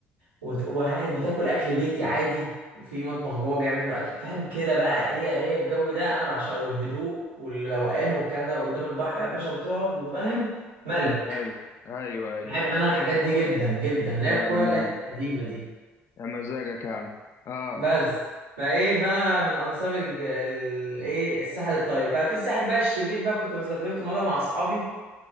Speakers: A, on the right; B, on the left.
A: وت- وقاعد بتاكل اكل بيتي عادي في مطبخ جوه بيعملوا اكل فاهم كده بقى هي هي الجو ده انا بعشقه الهدوء والروقان والكلام ده قدام البحر يا باشا وتقعد وفاهم ملك
B: ايوه ايوه ايوه
A: بحب انا الحاجات دي جدا جدا اللي
B: يا
A: هي الكوره
B: ما
A: اللي هي القديمه دي
B: يا مزاجك يا عم اه
A: بس فايه فانا من انصار الايه الساحل الطيب بقى في الساحل بقى الشرير بقى كنت مسافرت مره مع اصحابي